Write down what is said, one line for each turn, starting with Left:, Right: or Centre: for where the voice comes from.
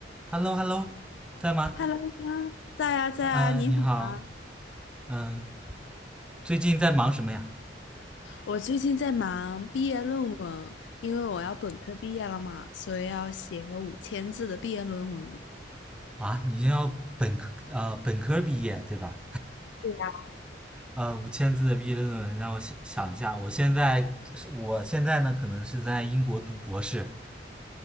Centre: Hello Hello，在吗？
Left: Hello 呀，在呀在呀，
Centre: 呃，
Left: 你好啊！
Centre: 你好，嗯、最近在忙什么呀？
Left: 我最近在忙毕业论文，因为我要本科毕业了嘛，所以要写个五千字的毕业论文。
Centre: 啊，你要本科呃本科毕业对吧？
Left: 对呀，
Centre: 呃，五千字的毕业论文，让我想想一下。我现在我现在呢，可能是在英国读博士，